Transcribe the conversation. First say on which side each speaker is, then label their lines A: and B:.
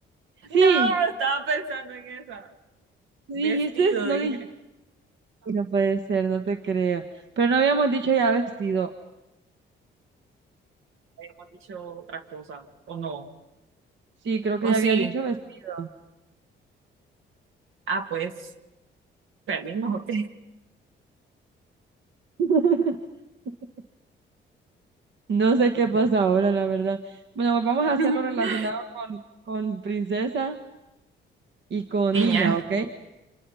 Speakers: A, on the right; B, on the right.
A: Sí,
B: No, estaba pensando en esa.
A: dijiste?
B: Vestido,
A: ¿No
B: dije.
A: dijiste? <laughs> No puede ser, no te creo. Pero no habíamos dicho ya vestido.
B: habíamos dicho otra cosa, ¿o no?
A: Sí, creo que
B: ¿O
A: ya
B: sí?
A: había dicho vestido.
B: Ah, pues, perdimos, ok.
A: <laughs> No sé qué pasa ahora, la verdad. Bueno, pues vamos a hacerlo
B: <laughs>
A: relacionado con, con princesa y con
B: Niña.
A: niña, ¿ok?